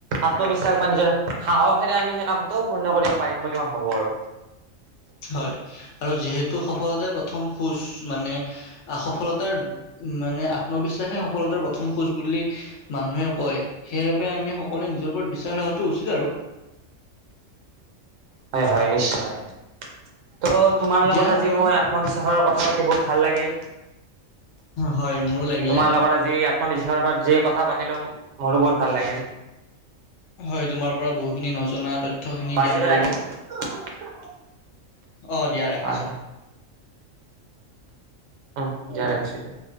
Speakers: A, on the right (about 75°); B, on the left (about 65°).
A: আত্মবিশ্বাস বা নিজৰ সাহসেৰে আমি সেই কামটো পূৰ্ণ কৰিব পাৰিম বুলি মই ভাবোঁ আৰু!
B: হয় আৰু যিহেতু সফলতাই প্ৰথম খোজ মানে সফলতাৰ মা', - মানে আত্মবিশ্বাসে সফলতাৰ প্ৰথম খোজ বুলি মানুহে কয় সেইবাবে আমি সকলোৱে নিজৰ ওপৰত বিশ্বাস ৰখাটো উচিত আৰু।
A: হয়', - হয়', নিশ্চয়। ত', তোমাৰ
B: দিয়া
A: লগত আজি
B: বাৰু
A: মই আত্মবিশ্বাসৰ কথা পাতি বহুত ভাল লাগিল
B: হয় মোৰো লাগিলে
A: তোমাৰ লগত আজি আত্মবিশ্বাসৰ ওপৰত যে কথা পাতি পাতিলোঁ', - মোৰো বৰ ভাল লাগিল
B: হয়, তোমাৰ পৰা বহুখিনি নজনা তথ্যখিনি জ্ঞান
A: আজিলৈ
B: কৰিলোঁ
A: ৰাখি হয়',
B: অ', দিয়া ৰাখিছোঁ।
A: হয় অ', দিয়া ৰাখিছোঁ এতিয়া।